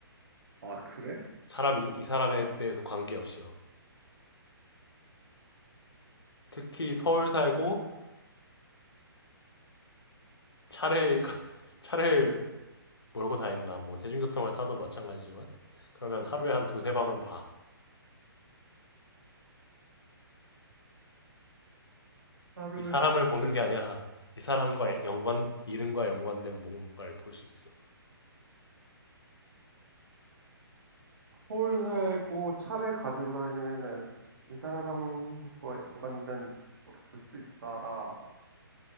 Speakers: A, on the right; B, on the left.
A: 아, 그래?
B: 사람이 이 사람에 대해서 관계없이요. 특히 서울 살고 차를 <laughs> 차를 몰고 다닌다. 뭐 대중교통을 타도 마찬가지지만 그러면 하루에 한 두세 번은 봐.
A: 하루에
B: 이 사람을
A: <laughs>
B: 보는
A: 두 명.
B: 게 아니라 이 사람과
A: 아,
B: 연관 이름과 연관된 뭔가를 볼 수 있어.
A: 서울 살고 차를 가지고 다니면은 이 사람과 연관된 거를 볼 수 있다라.